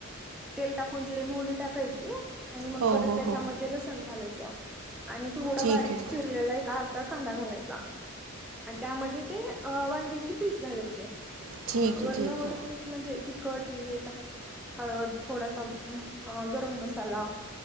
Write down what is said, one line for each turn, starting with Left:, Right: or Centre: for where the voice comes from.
Centre: तेल टाकून जिरे, मोहरी टाकायची आणि मग
Right: हो
Centre: परत
Right: हो
Centre: त्याच्यामध्ये
Right: हो
Centre: लसण घालायचं आणि थोडं
Right: ठीक
Centre: बारीक
Right: आहे
Centre: चिरलेला एक अर्ध कांदा घालायचा आणि त्यामध्ये ते वांग्याचे पीस घालायचे.
Right: ठीकये
Centre: वरणावरून
Right: ठीकये.
Centre: म्हणजे तिखट, मीठ हळद, थोडासा अ आ गरम मसाला.